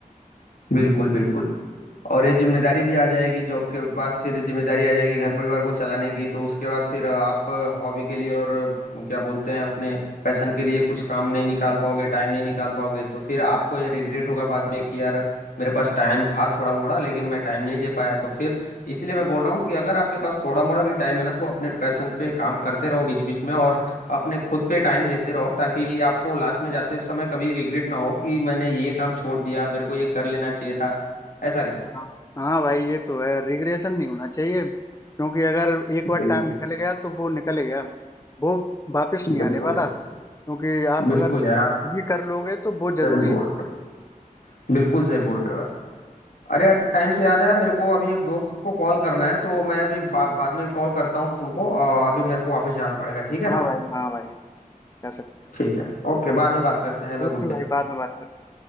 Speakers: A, on the left; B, on the left.
A: बिल्कुल बिल्कुल और ये जिम्मेदारी भी आ जाएगी जॉब के बाद फिर जिम्मेदारी आ जाएगी घर परिवार को चलाने की तो उसके बाद फिर आप हॉबी के लिए और क्या बोलते हैं अपने पैशन के लिए कुछ काम नहीं निकाल पाओगे टाइम नहीं निकाल पाओगे तो फिर आपको ये रिग्रेट होगा बाद में कि यार मेरे पास टाइम था थोड़ा मोड़ा लेकिन मैं टाइम नहीं दे पाया तो फिर इसलिए मैं बोल रहा हूँ कि अगर आपके पास थोड़ा मोड़ा भी टाइम है ना तो अपने पैशन पे काम करते रहो बीच बीच में और अपने खुद पे टाइम देते रहो ताकि आपको लास्ट में जाते समय कभी रिग्रेट ना हो कि मैंने ये काम छोड़ दिया मेरे को ये कर लेना चाहिए था ऐसा करके
B: हाँ हाँ भाई ये तो है रिग्रेशन नहीं होना चाहिए क्योंकि अगर एक बार
A: बिल्कुल
B: टाइम निकल गया तो वो निकल गया वो वापस नहीं
A: बिल्कुल
B: आने वाला
A: यार
B: क्योंकि आप
A: बिल्कुल
B: अगर खुद
A: यार आप
B: ही कर लोगे तो वो जरूरी
A: सही बोल
B: है
A: रहे हो बिल्कुल सही बोल रहे हो यार अरे यार टाइम से याद आया मेरे को अभी एक दोस्त को कॉल करना है तो मैं अभी बा, बाद में कॉल करता हूँ तुमको और अभी मेरे को वापस जाना पड़ेगा ठीक है
B: हाँ
A: ना
B: भाई हाँ भाई कह सकते
A: ठीक है ओके बाद में बात करते हैं Have a
B: ओके
A: good
B: भाई
A: day
B: बाद में बात करते हैं